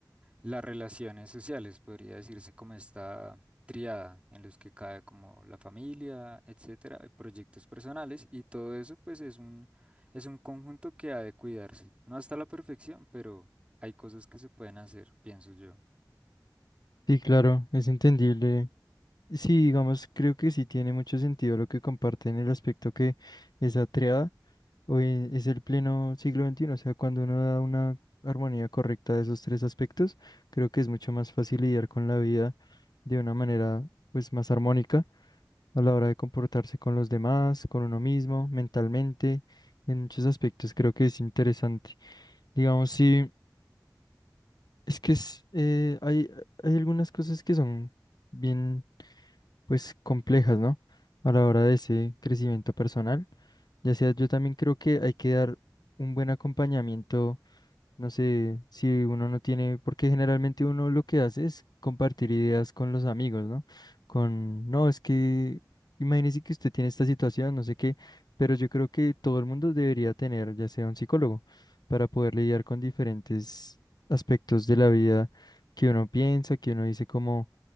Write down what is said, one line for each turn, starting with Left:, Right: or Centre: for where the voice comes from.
Right: las relaciones sociales, podría decirse como esta triada en los que cae como la familia, etcétera, eh, proyectos personales y todo eso pues es un es un conjunto que ha de cuidarse. No hasta la perfección, pero hay cosas que se pueden hacer, pienso yo.
Left: Sí, claro, es entendible Sí, digamos, creo que sí tiene mucho sentido lo que comparte en el aspecto que esa triada hoy es el pleno siglo veintiuno o sea, cuando uno da una armonía correcta de esos tres aspectos, creo que es mucho más fácil lidiar con la vida de una manera pues más armónica a la hora de comportarse con los demás, con uno mismo, mentalmente, en muchos aspectos creo que es interesante. Digamos, sí. Es que es, eh, hay, hay algunas cosas que son bien, pues, complejas, ¿no? A la hora de ese crecimiento personal. Ya sea, yo también creo que hay que dar un buen acompañamiento. No sé si uno no tiene, porque generalmente uno lo que hace es compartir ideas con los amigos, ¿no? Con, no, es que imagínese que usted tiene esta situación, no sé qué, pero yo creo que todo el mundo debería tener, ya sea un psicólogo, para poder lidiar con diferentes aspectos de la vida que uno piensa, que uno dice como